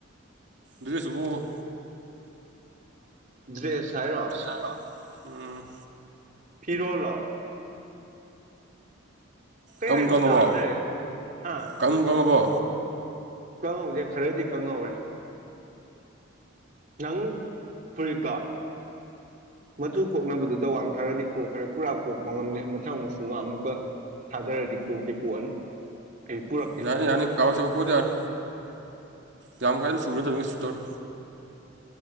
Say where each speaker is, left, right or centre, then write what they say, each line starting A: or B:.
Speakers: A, on the right (about 60°); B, on the right (about 40°).
A: ꯗ꯭ꯔꯦꯁꯇꯨꯕꯨ
B: ꯗ꯭ꯔꯦꯁ ꯍꯥꯏꯔꯣ
A: <unintelligible> ꯎꯝ꯫
B: ꯐꯤꯔꯣꯜꯂꯣ ꯀꯩ
A: ꯀꯪꯕꯨ
B: ꯍꯥꯏꯅꯣ
A: ꯀꯪꯉꯕꯣ
B: ꯇꯥꯗ꯭ꯔꯦ ꯍꯥ
A: ꯀꯪꯕꯨ ꯀꯪꯉꯕꯣ
B: ꯀꯪꯍꯧꯗꯦ ꯈꯔꯗꯤ ꯀꯪꯍꯧꯔꯦ ꯅꯪ ꯐꯨꯔꯤꯠꯇꯣ ꯃꯆꯨ ꯀꯣꯛꯅꯕꯗꯨꯇ ꯋꯥꯟ ꯈꯔꯗꯤ ꯀꯣꯛꯈ꯭ꯔꯦ ꯄꯨꯔꯥ ꯀꯣꯛꯄ ꯉꯝꯗꯦ ꯃꯊꯪ ꯑꯃꯨꯛꯁꯨꯒ ꯑꯃꯨꯛꯀ ꯊꯥꯗꯔꯗꯤ ꯀꯣꯛꯇꯤ ꯀꯣꯛꯑꯅꯤ ꯑꯩ ꯄꯨꯔꯛꯀꯦ
A: ꯌꯥꯅꯤ ꯌꯥꯅꯤ ꯀꯥꯕꯛ ꯁꯥꯕꯛ ꯀꯣꯛꯑꯗꯤ ꯌꯥꯔꯦ ꯌꯥꯝ ꯀꯥꯏꯅ ꯆꯨꯕ ꯅꯠꯇꯝꯃꯤꯅ ꯀꯩꯁꯨ ꯇꯧꯔꯣꯏ꯫